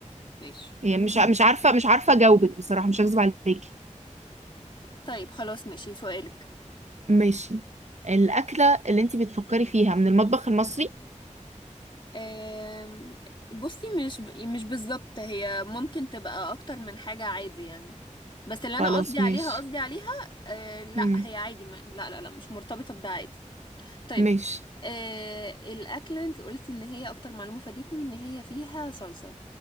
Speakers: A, on the left; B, on the right.
A: ماشي
B: هي مش مش عارفة مش عارفة اجاوبك بصراحة مش هكذب عليكي
A: طيب خلاص ماشي سؤالك
B: ماشي الأكلة اللي انتي بتفكري فيها من المطبخ المصري
A: آم، بصي مش ب... يعني مش بالظبط هي ممكن تبقى اكتر من حاجة عادي يعني بس اللي
B: خلاص
A: انا قصدي عليها
B: ماشي
A: قصدي عليها آه لا
B: مم.
A: هي عادي ما... لا لا لا مش مرتبطة بده عادي طيب
B: ماشي
A: آه الاكل انت قلتي ان هي اكتر معلومة فادتني ان هي فيها صلصة